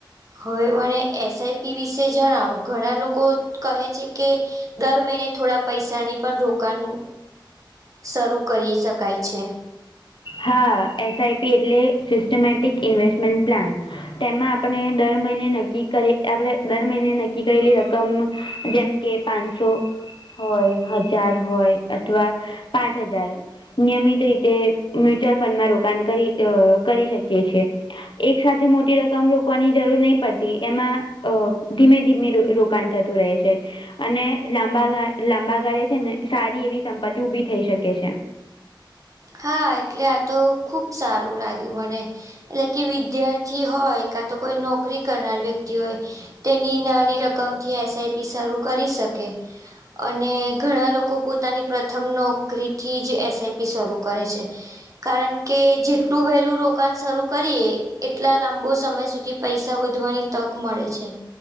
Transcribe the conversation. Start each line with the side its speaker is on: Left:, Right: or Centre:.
Right: હવે મને એસઆઈપી વિશે જણાવ ઘણા લોકો કહે છે, કે દર મહિને થોડા પૈસાની પણ રોકાણ શરૂ કરી શકાય છે.
Left: હા એસઆઈપી એટલે સિસ્ટમેટિક ઇન્વેસ્ટમેન્ટ પ્લાન તેમાં આપણે દર મહિને નક્કી કરી આપણે દર મહિને નક્કી કરેલી રકમ જેમ કે પાંસો હોય હજાર હોય અથવા પાંચ હજાર નિયમિત રીતે મ્યુચ્યુઅલ ફંડમાં રોકાણ કરી કરી શકીએ છ, છેએ. એક સાથે મોટી રકમ રોકવાની જરૂર નહી પડતી એમાં ધીમે ધીમે રો દુકાન થતું રહે છે. અને લાંબા ગા લાંબા ગાળે છેને, સારી એવી સંપત્તિ ઉભી થઈ શકે છે.
Right: હા એટલે આ તો ખુબ સારુ લાગ્યુ મને એટલે કે વિદ્યાર્થી હોય કા તો કોઈ નોકરી કરનાર વ્યક્તિ હોય. તેની નાની રકમથી એસઆઈપી શરૂ કરી શકે અને ઘણા લોકો પોતાની પ્રથમ નોકરીથી જ એસઆઈપી સ્વરૂપ કરે છે. કારણ કે જેટલું વહેલું રોકાણ શરૂ કરીએ એટલા લાંબો સમય સુધી પૈસા વધવાની તક મળે છે.